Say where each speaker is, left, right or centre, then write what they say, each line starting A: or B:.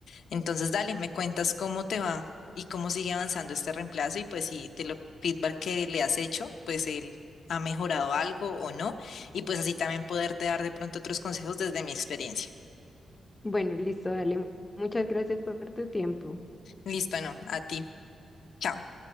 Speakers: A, on the left (about 70°); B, on the left (about 15°).
A: Entonces, dale, me cuentas cómo te va y cómo sigue avanzando este reemplazo y pues si de lo feedback que le has hecho, pues él ha mejorado algo o no y pues así también poderte dar de pronto otros consejos desde mi experiencia.
B: Bueno, listo, dale. Muchas gracias por tu tiempo.
A: Listo, no, a ti. Chao.